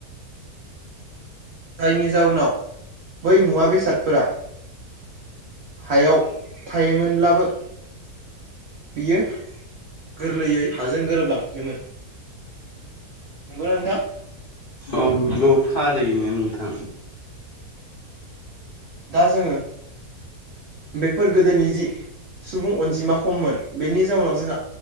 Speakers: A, on the right; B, on the left.
A: जायनि जाउनाव बै मुवा बेसादफोरा हायाव थायोमोनब्लाबो बियो गोरलैयै हाजों गोरोबलांफिनोमोन। नंगौ ना नोंथां
B: औ नंगौ थारैनो नोंथां
A: दा जोङो बेफोर गोदोनि जि सुबुं अनजिमा खममोन बेनि जाउनाव जोंहा